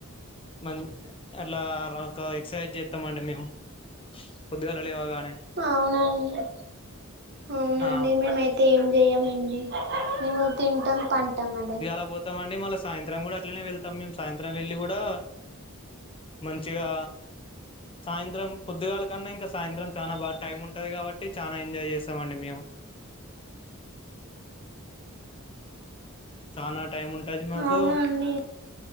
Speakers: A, on the left (about 25°); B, on the right (about 50°).
A: మ అట్లా ఒక ఎక్సర్సైజ్ చేస్తామండి మేము. పొద్దుగాల లేవగానే
B: అవునండి అవునండి,
A: ఆ
B: మేమయితే ఏం చెయ్యమండి.
A: పొద్దుగాల
B: అండి మేము తింటాం పంటాం అండి.
A: పొద్దుగాల పోతామండి మళ్ళీ సాయంత్రం కూడా అట్లానే వెళ్తాం మేము. సాయంత్రం వెళ్ళి కూడా మంచిగా సాయంత్రం పొద్దుగాల కన్నా ఇంకా సాయంత్రం చాలా బాగా టైమ్ ఉంటది కాబట్టి, చాలా ఎంజాయ్ చేస్తామండి మేము. చాలా టైం ఉంటది మాకు
B: అవునా అండి